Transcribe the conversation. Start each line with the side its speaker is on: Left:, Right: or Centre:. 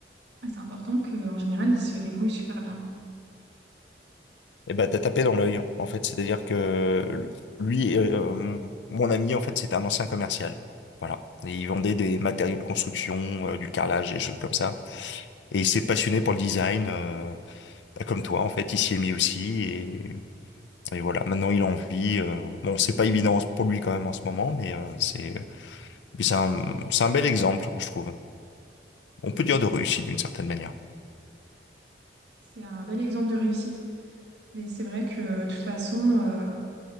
Right: C'est important qu'en général, ils se débrouillent super bien.
Left: Et bah t'as tapé dans l'œil, en fait. C'est-à-dire que lui, euh, euh, mon mon ami, en fait, c'était un ancien commercial. Voilà. Et il vendait des matériaux de construction, euh, du carrelage, des choses comme ça. Et il s'est passionné pour le design, euh, bah, comme toi, en fait. Il s'y est mis aussi. Et, et voilà. Maintenant, il en vit. euh. Bon, c'est pas évident pour lui quand même en ce moment, mais euh, c'est mais c'est un, c'est un bel exemple, je trouve. On peut dire de réussite d'une certaine manière.
Right: C'est un bel exemple de réussite. Mais c'est vrai que de toute façon, euh,